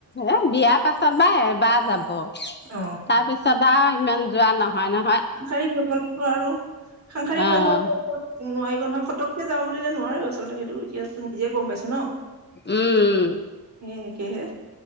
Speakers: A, on the left; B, on the right.
A: এ বিয়াৰ পাছত বা এবাৰ যাব তাৰপিছত
B: অ
A: আৰু ইমান যোৱা নহয় নহয়
B: সাংসাৰিক হৈ গ আৰু সাংসাৰিক
A: অ'
B: হৈ যোৱা নোৱাৰি ব নহয় ফটকে যাওঁ বুলিলে নোৱাৰো আচলতে সেইটো এতিয়া নিজে গম পাইছো ন
A: উম
B: সেই একেহে